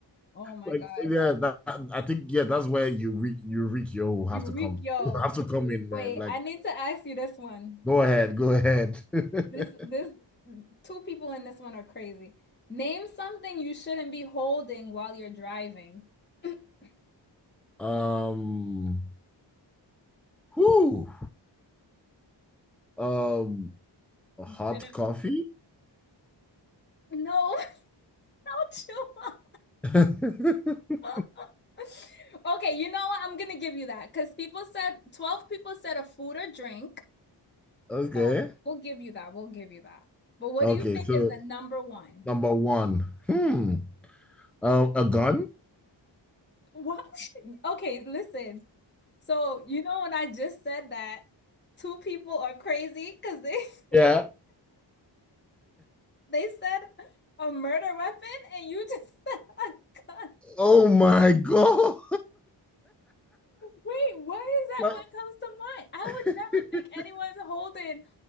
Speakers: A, on the left (about 25°); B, in the centre.
A: oh my
B: Like
A: gosh.
B: yeah, that, I think yeah, that's where you reach you reach yo have
A: You
B: to
A: reek,
B: come
A: yo.
B: <laughs> have to come in, man.
A: Wait,
B: Like
A: I need to ask you this one.
B: go ahead, go ahead. <laughs>
A: This, this, two people in this one are crazy. Name something you shouldn't be holding while you're driving. <clears throat>
B: Um whoo. Um hot
A: You shouldn't.
B: coffee?
A: No, <laughs> not
B: <laughs>
A: Chua. <laughs> Okay, you know what? I'm gonna give you that because people said 12 people said a food or drink.
B: Okay.
A: So we'll give you that. We'll give you that. But what
B: Okay,
A: do you think
B: so
A: is the number one?
B: Number one. Hmm. Um, a gun?
A: What? <laughs> Okay, listen. So you know when I just said that two people are crazy because they <laughs> because
B: Yeah.
A: they said a murder weapon and you just <laughs> said a gun.
B: Oh my God.
A: Wait, why is that
B: <laughs>
A: what
B: like,
A: comes to mind? I
B: <laughs>
A: would never think anyone's holding